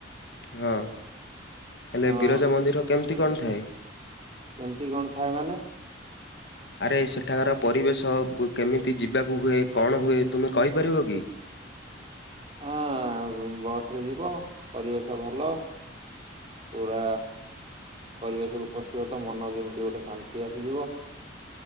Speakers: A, on the left (about 60°); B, on the right (about 30°).
A: ହଁ ହେଲେ
B: ହଁ
A: ବିରଜା ମନ୍ଦିର କେମିତି କଣ ଥାଏ।
B: କେମତି କଣ ଥାଏ ମାନେ
A: <inaudible> ଆରେ ସେଠାକାର ପରିବେଶ କେମିତି ଯିବାକୁ ହୁଏ କଣ ହୁଏ ତୁମେ କହିପାରିବ କି।
B: ହଁ ବସ ରେ ଯିବ ପରିବେଶ ଭଲ। ପୁରା ପରିବେଶରୁ ପଶିବ ତ ମନ କେମିତି ଗୋଟେ ଶାନ୍ତି ଆସିଯିବ।